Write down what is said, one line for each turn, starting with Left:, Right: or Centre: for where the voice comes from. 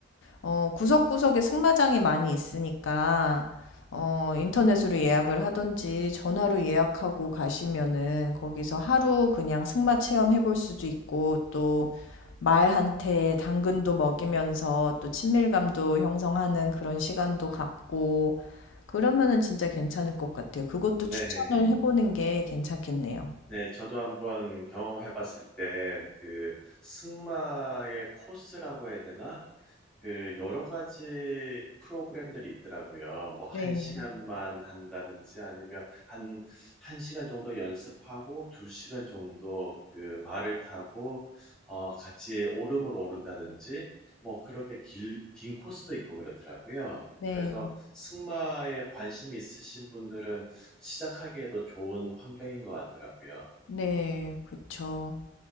Left: 어, 구석구석에 승마장이 많이 있으니까, 어, 인터넷으로 예약을 하든지 전화로 예약하고 가시면은 거기서 하루 그냥 승마 체험해 볼 수도 있고, 또 말한테 당근도 먹이면서 또 친밀감도 형성하는 그런 시간도 갖고, 그러면은 진짜 괜찮을 것 같아요. 그것도
Centre: 네.
Left: 추천을 해보는 게 괜찮겠네요.
Centre: 네, 저도 한번 경험해 봤을 때, 그, 승마의 코스라고 해야 되나? 그, 여러 가지 프로그램들이 있더라고요. 뭐, 한
Left: 네.
Centre: 시간만 한다든지 아니면 한, 한 시간 정도 연습하고, 두 시간 정도 그 말을 타고, 어, 같이 오름을 오른다든지, 뭐, 그렇게 길, 긴 코스도 있고 그렇더라고요.
Left: 네,
Centre: 그래서 승마에 관심 있으신 분들은 시작하기에도 좋은 환경인 것 같더라고요.
Left: 네, 그쵸.